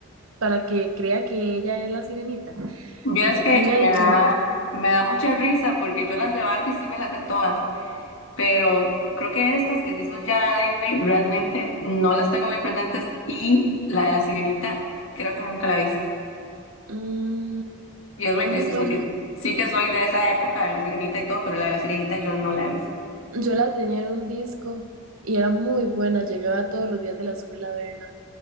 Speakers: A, on the right; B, on the left.
A: para que crea que ella es la sirenita.
B: Vieras
A: Eh,
B: que
A: Tiene
B: me
A: ahí
B: da,
A: como...
B: me da mucha risa porque yo las de Barbie sí me las sé todas, pero creo que estas que sí son ya de Disney realmente no las tengo muy presentes y la de la Sirenita creo que nunca la he visto.
A: mm,
B: Y es muy
A: es
B: triste
A: muy buena.
B: porque sí que soy de esa época de la Sirenita y todo, pero la de la Sirenita yo no la he visto.
A: Yo la tenía en un disco y era muy buena. Llegaba todos los días de la escuela a verla.